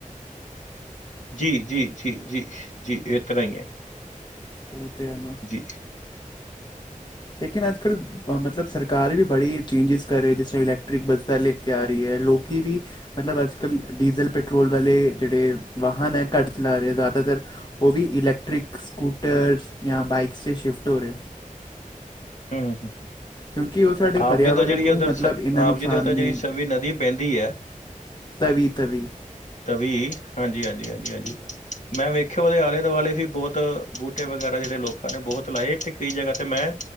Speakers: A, on the left; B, on the left.
A: ਜੀ ਜੀ ਜੀ ਜੀ ਜੀ ਇਸ ਤਰ੍ਹਾਂ ਹੀ ਹੈ।
B: <inaudible>
A: ਜੀ।
B: ਲੇਕਿਨ ਅੱਜ ਕੱਲ੍ਹ ਮਤਲਬ ਸਰਕਾਰ ਵੀ ਬੜੀ ਚੇਂਜਿਸ ਕਰ ਰਹੀ ਜਿਸ ਤਰਾਂ ਇਲੈਕਟ੍ਰਿਕ ਬੱਸਾਂ ਲੈ ਕੇ ਆ ਰਹੀ ਹੈ ਲੋਕੀ ਵੀ ਮਤਲਬ ਅੱਜ ਕੱਲ ਡੀਜ਼ਲ ਪੈਟਰੋਲ ਵਾਲੇ ਜਿਹੜੇ ਵਾਹਨ ਹੈ ਘੱਟ ਚਲਾ ਰਹੇ ਜ਼ਿਆਦਾਤਰ ਉਹ ਵੀ ਇਲੈਕਟ੍ਰਿਕ ਸਕੂਟਰ ਜਾਂ ਬਾਈਕਸ 'ਚ ਸ਼ਿਫਟ ਹੋ ਰਹਿਆ।
A: <unintelligible>
B: ਕਿਉਂਕਿ ਉਹ ਸਾਡੇ
A: ਆਪ
B: ਪਰਿਆਵਰਨ
A: ਜੀ ਦੇ ਜਿਹੜੀ
B: ਨੂੰ
A: ਉੱਧਰ
B: ਮਤਲਬ ਇੰਨਾ ਨੁਕਸਾਨ
A: ਆਪ ਜੀ ਦੇ ਉਧਰ
B: ਨਹੀਂ
A: ਜਿਹੜੀ ਸਵੀ ਨਦੀ ਬਹਿੰਦੀ ਹੈ।
B: ਤਵੀ-ਤਵੀ।
A: ਤਵੀ, ਹਾਂਜੀ ਹਾਂਜੀ ਹਾਂਜੀ ਹਾਂਜੀ। ਮੈਂ ਵੇਖਿਆ ਉਹਦੇ ਆਲੇ ਦੁਆਲੇ ਵੀ ਬਹੁਤ ਬੂਟੇ ਵਗੈਰਾ ਜਿਹੜੇ ਲੋਕਾਂ ਨੇ ਬਹੁਤ ਲਾਏ ਤੇ ਕਈ ਜਗ੍ਹਾ ਤੇ ਮੈਂ